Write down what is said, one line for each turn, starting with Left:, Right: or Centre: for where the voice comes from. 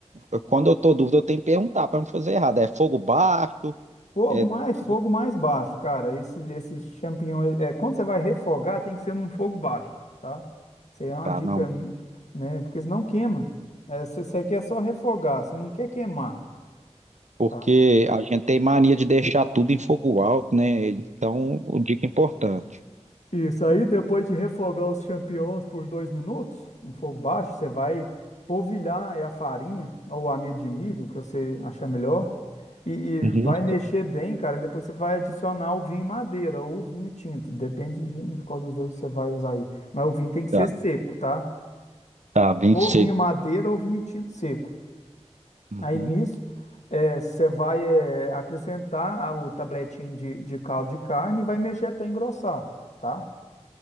Right: eu- quando eu tô dúvida, eu tenho que perguntar para não fazer errado. É fogo baixo?
Left: Fogo
Right: É...
Left: mais, fogo
Right: fogo-
Left: mais baixo, cara. Esse, esse champignon, é, quando você vai refogar, tem que ser num fogo baixo, tá? Isso aí é uma
Right: Tá,
Left: dica,
Right: não.
Left: né? Porque senão queima. É, você você quer só refogar, você não quer queimar,
Right: Porque
Left: tá?
Right: a gente tem mania de deixar tudo em fogo alto, né? Então, o dica importante.
Left: Isso aí, depois de refogar os champignons por dois minutos, em fogo baixo, você vai polvilhar é a farinha ou amido de milho, o que você achar melhor, e, e
Right: Uhum.
Left: vai mexer bem, cara. e Depois você vai adicionar o vinho em madeira ou o vinho tinto, depende de, de qual dos dois que você vai usar aí. Mas o vinho tem que
Right: Tá,
Left: ser seco, tá?
Right: tá, bem
Left: Ou
Right: seco.
Left: vinho madeira ou vinho tinto seco.
Right: Uhum.
Left: Aí nisso, é, você vai é, acrescentar a- o tabletinho de, de caldo de carne e vai mexer até engrossar, tá?